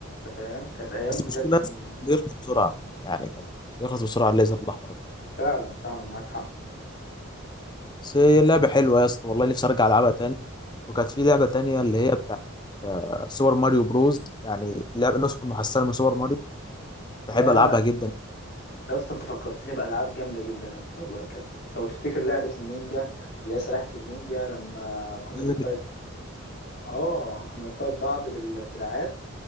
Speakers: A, on the left (about 50°); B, on the left (about 20°).
A: انت فاهم كانت ايام
B: بس المشكله
A: بجد جامده
B: يا اسطى
A: جدا
B: بيخلص بسرعه يعني كان بيخلص بسرعه الليزر الاحمر ده.
A: فعلا فعلا معاك حق
B: بس هي لعبه حلوه يا اسطى والله نفسي ارجع العبها تاني وكانت في لعبه تانيه اللي هي بتاعت آه، سوبر ماريو بروز يعني لعبه نسخه محسنه من سوبر ماريو بحب
A: يا
B: العبها جدا
A: يا اسطى انت فكرتني بالعاب جامده جدا يا اسطى والله بجد لو تفتكر لعبه النينجا اللي هي سلاحف النينجا لما كنا
B: يعني
A: بنفايت اه كنا بنفايت بعض بالدراعات